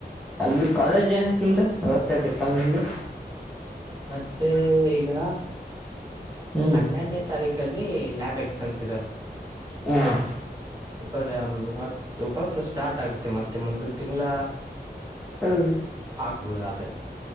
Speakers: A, in the centre; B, on the right (about 20°).
A: ಅದು ಕಾಲೇಜ್ ಏನತ ನಿಮ್ದ ಒತ್ತಾದಿ ಕಾಲೇಜ್ಗೆ.
B: ಮತ್ತೆ ಈಗ
A: ಹ್ಮ್
B: ಹನ್ನೆರ್ಡನೇ ತಾರೀಕಲ್ಲಿ. ಲ್ಯಾಬ್ ಎಕ್ಸಾಮ್ಸ್
A: ಹ್ಮ್
B: <inaudible> ಹತ್ತು ಉಪಾಸ ಸ್ಟಾರ್ಟ್ ಆಗುತ್ತೆ ಮತ್ತೆ ಮುಂದಿನ್ ತಿಂಗ್ಳ.
A: ಹ್ಮ್ಮ್.
B: ಆಗ್ಬೋದ್ ಆದ್ರೆ.